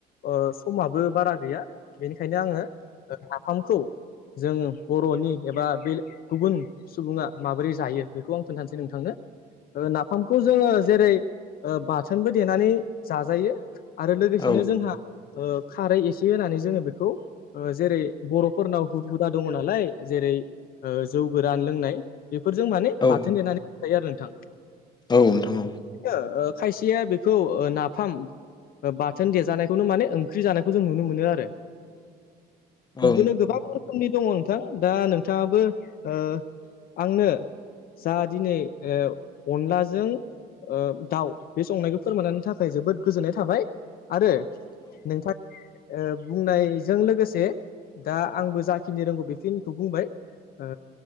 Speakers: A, on the left; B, on the left.
A: ओ समाबो बारा गैया बेनिखायनो आङो नाफामखौ जों बर'नि एबा बे गुबुन सुबुङा माबोरै जायो बेखौ आं खोन्थानोसै नोंथांनो नाफामखौ जोंङो जेरै बाथोनबो देनानै जाजायो। आरो लोगोसेनो
B: औ
A: जोंहा ओ खारै एसे होनानै जोंङो बेखौ जेरै बर'फोरनाव हुद हुदा दङ नालाय जेरै ओ जौ गोरान लोंनाय बेफोरजों माने
B: औ नोंथां
A: बाथोन देनानै जायो आरो नोंथां
B: औ नोंथां औ
A: ओ खायसेया बेखौ ओ नाफाम बाथोन देजानायखौनो माने ओंख्रि जानायखौ जों नुनो मोनो आरो।
B: औ
A: बिबदिनो गोबां रोखोमनि दङ' नोंथां दा नोंथाङाबो ओ आंनो जा दिनै ओ अनलाजों ओ दाउ बे संनायखौ फोरमायनायनि थाखाय जोबोद गोजोननाय थाबाय आरो नोंथां ओ बुंनायजों लोगोसे दा आंबो जाखिनि रोंगौ बेखिनिखौ बुंबाय ओ